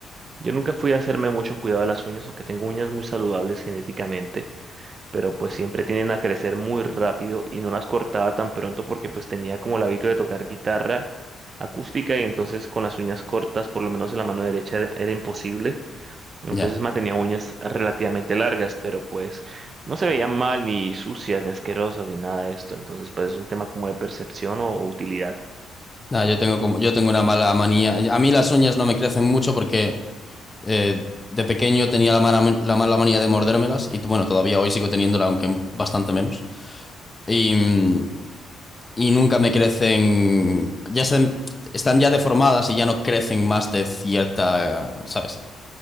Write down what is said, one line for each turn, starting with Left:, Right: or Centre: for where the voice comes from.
Right: yo nunca fui a hacerme mucho cuidado de las uñas, aunque tengo uñas muy saludables genéticamente, pero pues siempre tienden a crecer muy rápido y no las cortaba tan pronto porque pues tenía como el hábito de tocar guitarra acústica y entonces con las uñas cortas, por lo menos en la mano derecha, era era imposible. Entonces
Left: Ya.
Right: mantenía uñas relativamente largas, pero pues no se veían mal, ni sucias, ni asquerosas, ni nada de esto. Entonces, pues es un tema como de percepción o utilidad.
Left: Nah, yo tengo como, yo tengo una mala manía. A mí las uñas no me crecen mucho porque eh, de pequeño tenía la mala, man- la mala manía de mordérmelas y bueno, todavía hoy sigo teniéndola, aunque bastante menos. Y, mm, y nunca me crecen, ya se, están ya deformadas y ya no crecen más de cierta, ¿sabes?